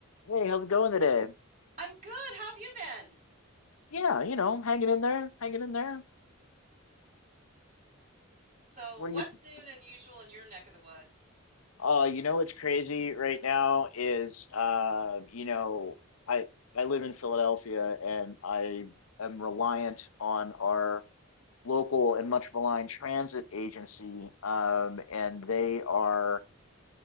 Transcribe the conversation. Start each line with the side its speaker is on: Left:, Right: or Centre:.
Left: Hey, how's it going today?
Right: I'm good. How have you been?
Left: Yeah, you know, hanging in there, hanging in there.
Right: So,
Left: What
Right: what's
Left: do you th
Right: new and unusual in your neck of the woods?
Left: uh, you know what's crazy right now is uh, you know, I I live in Philadelphia and I am reliant on our local and much maligned transit agency. Um, and they are